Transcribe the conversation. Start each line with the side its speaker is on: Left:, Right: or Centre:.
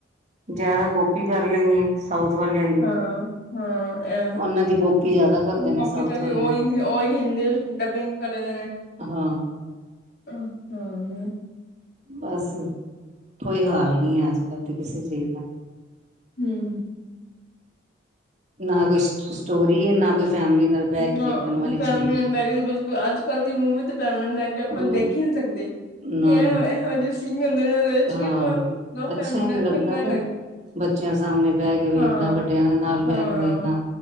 Right: ਜਿਆਦਾ ਕੌਪੀ ਕਰ ਲੈਂਗੇ। ਸਾਊਥ ਵਾਲਿਆਂ ਦੀ
Left: ਹਾਂ-ਹਾਂ ਐ
Right: ਉਹਨਾਂ ਦੀ ਕੋਪੀ ਜਿਆਦਾ ਕਰਦੇ ਨੇ,
Left: ਕਾਪੀ
Right: ਸਾਊਥ
Left: ਕਰਕੇ
Right: ਵਾਲਿਆਂ
Left: ਉਹੀ-ਉਹੀ
Right: ਦੀ।
Left: ਹਿੰਦੀ ਡਬਿੰਗ ਕਰਨ
Right: ਹਾਂ
Left: ਹੂੰ, ਹੂੰ।
Right: ਬਸ ਕੋਈ ਹਾਲ ਨਹੀਂ ਹੈ, ਅੱਜ- ਕੱਲ ਤੇ ਕਿਸੇ ਚੀਜ਼ ਦਾ।
Left: ਹੂੰ।
Right: ਨਾ ਕੋਈ ਸਟੋਰੀ ਹੈ ਨਾ ਕੋਈ ਫੈਮਿਲੀ ਨਾਲ ਬਹਿ ਕੇ
Left: ਨਾ
Right: ਵੇਖਣ
Left: ਉਹ
Right: ਵਾਲੀ
Left: ਫੈਮਲੀਆਂ
Right: ਚੀਜ਼
Left: ਚ ਬੈਠ ਕੇ ਤਾਂ ਬਿਲਕੁਲ ਅੱਜ ਕੱਲ ਦੀ ਮੂਵੀ ਮੰਮੀ ਤੇ ਫੈਮਲੀ ਨੂੰ ਲੈ ਕੇ
Right: ਹੈ
Left: ਆਪਾਂ ਦੇਖ ਹੀ ਨਹੀਂ ਸਕਦੇ, ਕਿਉਂਕਿ
Right: ਨਾ
Left: ਇਹ
Right: ਨਾ
Left: ਇਹੋ ਜਿਹੇ ਸੀਨ ਹੁੰਦੇ ਨੇ ਉਹਦੇ ਵਿੱਚ
Right: ਹਾਂ
Left: ਕਿ
Right: ਅੱਛਾ
Left: ਫੈਮਲੀ ਨਾਲ
Right: ਨਹੀਂ ਲੱਗਦਾ
Left: ਚੰਗਾ ਨੀ
Right: ਫੇਰ। ਬੱਚਿਆਂ ਸਾਹਮਣੇ ਬਹਿ ਕੇ ਵੇਖਣਾ
Left: ਹਾਂ
Right: ਵੱਡਿਆਂ ਦੇ ਨਾਲ
Left: ਹਾਂ
Right: ਬਹਿ ਕੇ ਵੇਖਣਾ